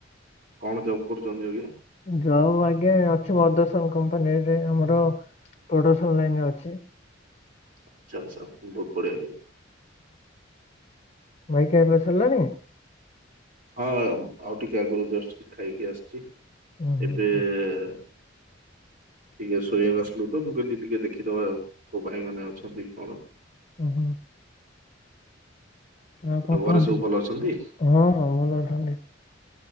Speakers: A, on the right; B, on the left.
A: କଣ ଜବ୍ କରୁଛନ୍ତି ଆଜ୍ଞା?
B: ଜବ ଆଜ୍ଞା ଅଛି ମଦର ସୋପ କମ୍ପାନୀରେ ଆମର। ପ୍ରଡକ୍ସନ ଲାଇନରେ ଅଛି।
A: ଆଚ୍ଛା ଆଚ୍ଛା ବହୁତ ବଢିଆ ଆଜ୍ଞା।
B: ଭାଇ ଖିଆପିଆ ସାରିଲାଣି?
A: ହଁ ଅମ ଆଉ ଟିକେ ଆଗରୁ ଜଷ୍ଟ ଖାଇକି ଆସିଛି
B: ହୁଁ
A: ଏବେ। ଟିକେ ଶୋଇବାକୁ ଆସିଲୁ ତ ମୁଁ କହିଲି ଟି-ଟିକେ ଦେଖିଦବା ଆଉ। କୋଉ ଭାଇ ମାନେ ଅଛନ୍ତି କଣ?
B: ହୁଁ ଆଉ କଣ
A: ଘରେ
B: କୁହନ୍ତୁ?
A: ସବୁ ଭଲ ଅଛନ୍ତି
B: ହଁ ହଁ ଭଲ ଅଛନ୍ତି।